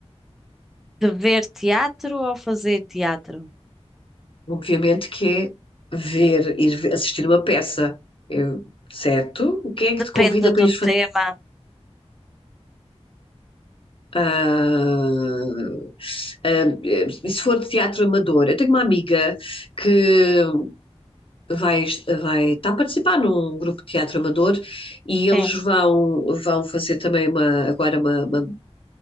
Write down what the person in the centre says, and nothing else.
De ver teatro ou fazer teatro?
Depende
do
tema.
Sim,